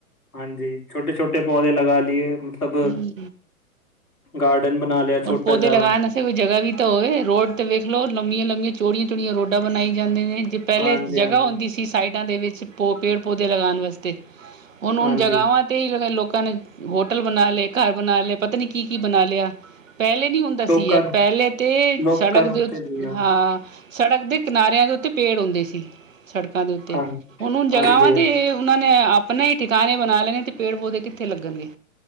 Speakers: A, on the left; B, on the right.
A: ਹਾਂਜੀ ਛੋਟੇ-ਛੋਟੇ ਪੌਦੇ ਲਗਾ ਲੀਏ ਮਤਲਬ
B: ਹਮ
A: ਗਾਰਡਨ ਬਣਾ ਲਿਆ। ਛੋਟਾ
B: ਹੁਣ ਪੌਦੇ
A: ਜਿਹਾ
B: ਲਗਾਨ ਇੱਥੇ ਕੋਈ ਜਗ੍ਹਾ ਵੀ ਤਾਂ ਹੋਏ ਰੋਡ ਤੇ ਵੇਖ ਲੋ ਲੰਮੀਆਂ-ਲੰਮੀਆਂ ਚੋੜੀਆਂ-ਚੋੜੀਆਂ ਰੋਡਾਂ ਬਣਾਈ ਜਾਂਦੇ ਨੇ ਜੇ ਪੈਲੇ
A: ਹਾਂਜੀ
B: ਜਗ੍ਹਾ
A: ਹਾਂਜੀ
B: ਹੁੰਦੀ ਸੀ ਸਾਈਡਾਂ ਦੇ ਵਿੱਚ ਪੋ ਪੇੜ ਪੌਦੇ ਲਗਾਣ ਵਸਤੇ ਹੁਣ ਉਨ
A: ਹਾਂਜੀ
B: ਜਗ੍ਹਾਵਾਂ ਤੇ ਈ ਲੋਕਾਂ ਨੇ ਹੋਟਲ ਬਣਾ ਲਏ ਘਰ ਬਣਾ ਲਏ ਪਤਾ ਨਈ ਕੀ-ਕੀ ਬਣਾ ਲਿਆ। ਪੈਲੇ ਨੀ ਹੁੰਦਾ ਸੀ
A: ਲੋਕਾਂ
B: ਏ
A: ਨੂੰ
B: ਪੈਲੇ ਤੇ
A: ਲੋਕਾਂ
B: ਸੜਕ
A: ਨੂੰ
B: ਦੇ ਉ
A: ਤੇ ਜੀ
B: ਹਾਂ। ਸੜਕ ਦੇ ਕਿਨਾਰਿਆਂ ਦੇ ਉੱਤੇ ਪੇੜ ਹੁੰਦੇ ਸੀ। ਸੜਕਾਂ ਦੇ ਉੱਤੇ
A: ਹਾਂ
B: ਹੁਣ ਉਨ ਜਗ੍ਹਾਵਾਂ
A: ਹਾਂਜੀ ਹਾਂਜੀ
B: ਤੇ ਉਨਾਂ ਨੇ ਆਪਣਾ ਈ ਟਿਕਾਣੇ ਬਣਾ ਲੇ ਨੇ ਤੇ ਪੇੜ ਪੌਦੇ ਕਿੱਥੇ ਲੱਗਣਗੇ।